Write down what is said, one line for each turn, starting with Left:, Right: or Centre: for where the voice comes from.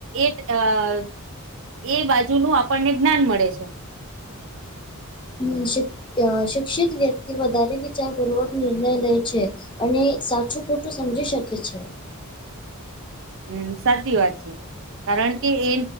Right: એક અહ એ બાજુ નું આપણને જ્ઞાન મળે છે.
Left: હમ્મ. શિક અહ શિક્ષિત વ્યક્તિ વધારે વિચાર પૂર્વક નિર્ણય લે છે. અને સાચું ખોટું સમજી શકે છે.
Right: હમ્મ સાચી વાત છે. કારણ કે એ